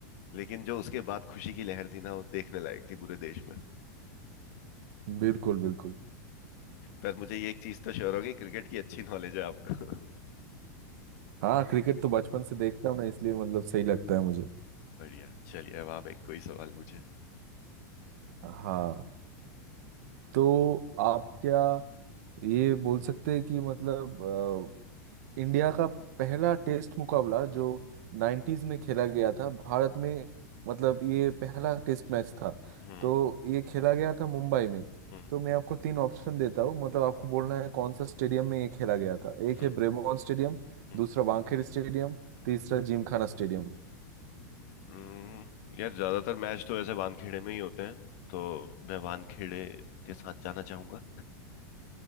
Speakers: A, on the left (about 60°); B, on the right (about 65°).
A: लेकिन जो उसके बाद खुशी की लहर थी ना वो देखने लायक थी पूरे देश में
B: बिल्कुल बिल्कुल
A: पर मुझे ये एक चीज तो श्योर हो गई क्रिकेट की अच्छी नॉलेज है आपको
B: हाँ क्रिकेट तो बचपन से देखता हूँ ना इसलिए मतलब सही लगता है मुझे
A: <laughs> बढ़िया चलिए अब आप एक कोई सवाल पूछे
B: हाँ तो आप क्या ये बोल सकते हैं कि मतलब इंडिया का पहला टेस्ट मुकाबला जो 90s में खेला गया था भारत में मतलब ये पहला टेस्ट मैच था
A: हम्म
B: तो ये खेला गया था मुंबई में
A: हम्म
B: तो मैं आपको तीन ऑप्शन देता हूँ मतलब आपको बोलना है कौन सा स्टेडियम में ये खेला गया था एक
A: हम्म
B: है ब्रेबोन स्टेडियम
A: हम्म
B: दूसरा वानखेड़े स्टेडियम तीसरा जिमखाना स्टेडियम
A: हम्म, यार ज्यादातर मैच तो ऐसे वानखेड़े में ही होते हैं तो मैं वानखेड़े के साथ जाना चाहूंगा